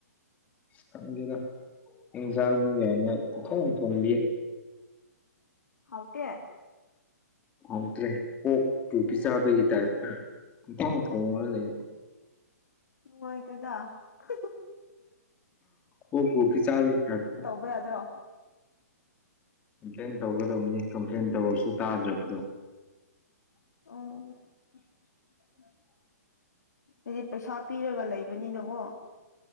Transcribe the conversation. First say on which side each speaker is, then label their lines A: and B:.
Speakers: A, on the left (about 15°); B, on the left (about 85°).
A: ꯈꯪꯗꯦꯗꯥ ꯏꯟꯖꯡꯅꯤꯒꯥꯏꯅ ꯄꯨꯊꯣꯡ ꯊꯣꯡꯕꯤꯌꯦ
B: ꯍꯥꯎꯇꯦ
A: ꯍꯥꯎꯇꯔꯦ ꯑꯣꯛꯄꯨ ꯄꯤꯆꯥꯕꯒꯤ ꯇꯥꯏꯞꯇꯥ ꯄꯨꯊꯣꯡ ꯊꯣꯉꯥ ꯂꯩꯔ
B: ꯅꯨꯡꯉꯥꯏꯇꯦꯗꯥ ꯍꯥꯥ
A: ꯑꯣꯛꯄꯨ ꯄꯤꯆꯥꯕꯒꯤ ꯇꯏꯞꯇꯥ
B: ꯕꯌꯥꯗꯔꯣ
A: ꯀꯝꯄ꯭ꯂꯦꯟ ꯇꯧꯒꯗꯕꯅꯤ ꯀꯝꯄ꯭ꯂꯦꯟ ꯇꯧꯔꯁꯨ ꯇꯥꯗ꯭ꯔꯕꯗꯣ
B: ꯑꯣ ꯍꯥꯏꯗꯤ ꯄꯩꯁꯥ ꯄꯤꯔꯒ ꯂꯩꯕꯅꯤꯅꯀꯣ